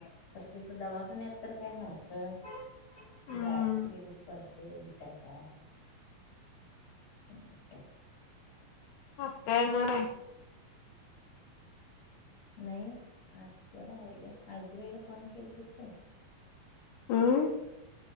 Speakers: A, on the left; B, on the left.
A: करते. दवाखान्यात तर काय नव्हतं
B: हम्म
A: गाडी बिडीत पडल काय काय. कुणास ठाऊक.
B: आत्या येणार आहे.
A: नाही आज तर राहिले आज वेळेला फोन केल तस का
B: हम्म